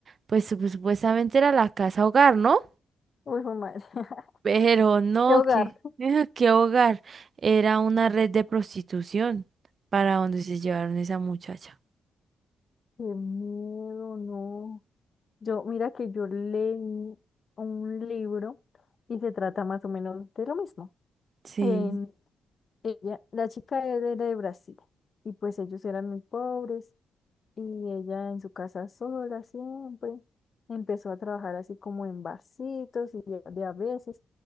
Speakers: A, on the right (about 50°); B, on the left (about 50°).
A: Pues sup- supuestamente era la casa hogar, ¿no?
B: Muy fumar. <laughs>
A: Pero no,
B: De hogar.
A: que, <laughs> qué hogar. Era una red de prostitución para donde se llevaron esa muchacha.
B: Qué miedo, no. Yo, mira que yo leí un libro y se trata más o menos de lo mismo.
A: Sí.
B: En ella, la chica era de Brasil y pues ellos eran muy pobres y ella en su casa sola siempre empezó a trabajar así como en barcitos y de de a veces.